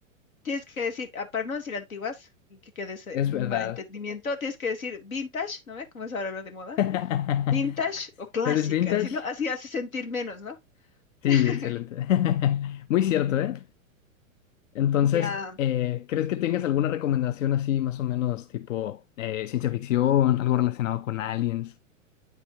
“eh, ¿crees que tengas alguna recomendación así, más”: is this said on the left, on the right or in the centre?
Left